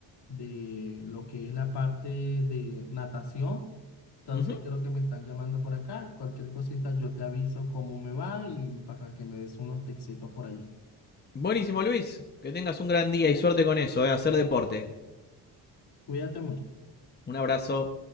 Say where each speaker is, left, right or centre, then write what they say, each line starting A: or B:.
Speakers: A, on the left; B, on the left.
A: de lo que es la parte de natación. Entonces
B: Ujú.
A: creo que me están llamando por acá. Cualquier cosita yo te aviso cómo me va y para que me des unos textitos por allí.
B: Buenísimo, Luis. Que tengas un gran día y suerte con eso, eh, hacer deporte.
A: Cuídate mucho.
B: Un abrazo.